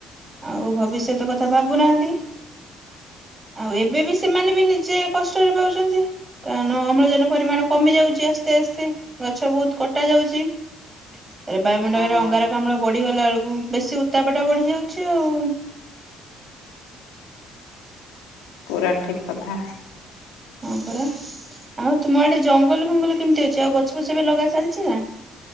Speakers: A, on the right; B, on the left.
A: ଆଉ ଭବିଷ୍ୟତ କଥା ଭାବୁନାହାନ୍ତି। ଆଉ ଏବେ ବି ସେମାନେ ବି ନିଜେ କଷ୍ଟରେ ପାଉଛନ୍ତି। କାରଣ ଅମ୍ଳଜାନ ପରିମାଣ କମି ଯାଉଛି ଆସ ତେ ସେ ଗଛ ବହୁତ କଟା ଯାଉଛି ଏରେ ବାୟୁମଣ୍ଡଳରେ
B: ହଁ
A: ଅଙ୍ଗାର କାମଳ ବଢିଗଲା ବେଳକୁ ବେଶୀ ଉତ୍ତାପ ଟା ବଢ଼ିଯାଉଛି ଆଉ।
B: ପୁରା ଠିକ କଥା।
A: ହଁ ପରା ଆଉ ତୁମ ଆଡେ ଜଙ୍ଗଲ ଫଙ୍ଗଲ କେମିତି ଅଛି ଆଉ ଗଛ ଫଛ ବି ଲଗା ଚାଲିଛି ନା?